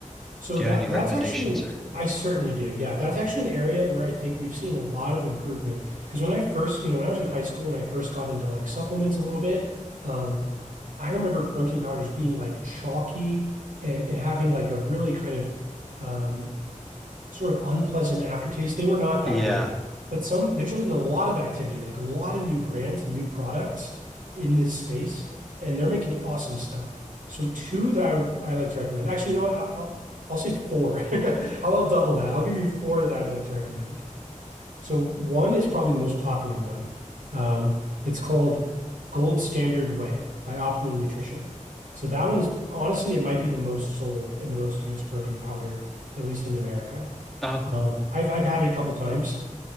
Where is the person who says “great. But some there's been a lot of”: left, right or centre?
Right